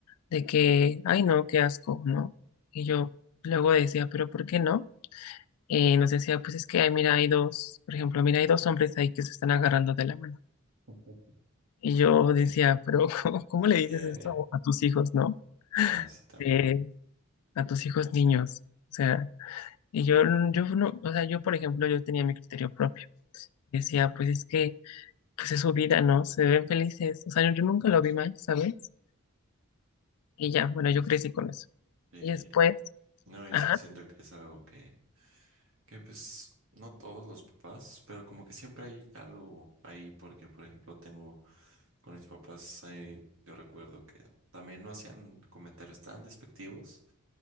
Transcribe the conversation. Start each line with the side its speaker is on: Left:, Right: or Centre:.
Left: de que, ay no, qué asco, ¿no? Y yo luego decía, pero ¿por qué no? Y nos decía, pues es que, ay, mira, hay dos, por ejemplo, mira, hay dos hombres ahí que se están agarrando de la mano.
Right: <laughs>
Left: Y yo decía,
Right: que,
Left: pero <laughs> ¿cómo, cómo le
Right: que tiene.
Left: dices esto a tus hijos, no?
Right: Ah, sí, también.
Left: Eh, a tus hijos niños. O sea, Y yo, n- yo no, o sea, yo por ejemplo, yo tenía mi criterio propio. Decía, pues es que, pues es su vida, ¿no? Se ven felices. O sea, yo, yo nunca lo vi mal, ¿sabes? Y ya, bueno, yo crecí con eso.
Right: Sí.
Left: Y después,
Right: No, y
Left: ajá,
Right: es que siento que es algo que, que pues no todos los papás, pero como que siempre hay algo ahí, porque por ejemplo tengo con mis papás, eh, yo recuerdo que también no hacían comentarios tan despectivos,